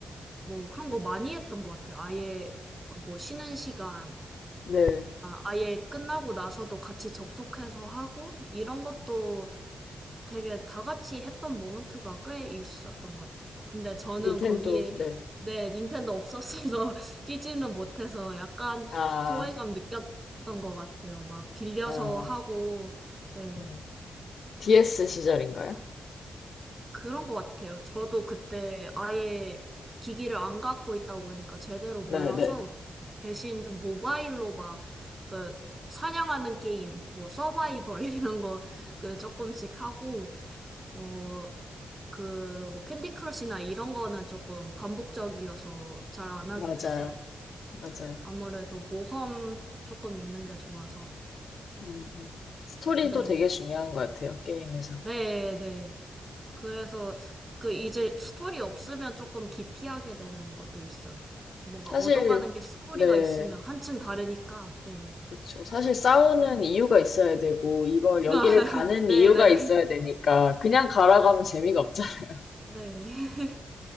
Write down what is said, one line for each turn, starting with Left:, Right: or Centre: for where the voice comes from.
Right: 뭐 그런 거 많이 했던 것 같아요. 아예 그 뭐 쉬는 시간이나
Left: 네,
Right: 아예 끝나고 나서도 같이 접속해서 하고 이런 것도 되게 다 같이 했던 모먼트가 꽤 있었던 것 같아요. 근데 저는
Left: 닌텐도,
Right: 거기에
Left: 네.
Right: 네, 닌텐도 없었어서 <laughs> 끼지는 못해서 약간
Left: 아,
Right: 소외감 느꼈던 것 같아요. 막 빌려서
Left: 아,
Right: 하고, 네,
Left: 음. DS 시절인가요?
Right: 그런 것 같아요. 저도 그때 아예 기기를 안 갖고 있다 보니까 제대로
Left: 네,
Right: 몰라서
Left: 네.
Right: 대신 좀 모바일로 막 그 사냥하는 게임, 뭐 서바이벌 <laughs> 이런 거 그 조금씩 하고, 어, 그, 뭐, 캔디 크러쉬나 이런 거는 조금 반복적이어서 잘 안 하게
Left: 맞아요.
Right: 됐어요.
Left: 맞아요.
Right: 아무래도 모험 조금 있는 게 좋아서.
Left: 음, 음. 스토리도
Right: 네,
Left: 되게 중요한 것 같아요, 게임에서.
Right: 네, 네. 그래서 그 이제 스토리 없으면 조금 기피하게 되는 것도 있어요. 뭔가
Left: 사실,
Right: 얻어가는 게 스토리가
Left: 네.
Right: 있으면 한층 다르니까, 네.
Left: 그쵸. 사실 싸우는 이유가 있어야 되고, 이걸 여기를
Right: <laughs>
Left: 가는
Right: 네,
Left: 이유가
Right: 네,
Left: 있어야
Right: 네.
Left: 되니까, 그냥 가라고 하면 재미가 없잖아. <laughs>
Right: 네. <laughs>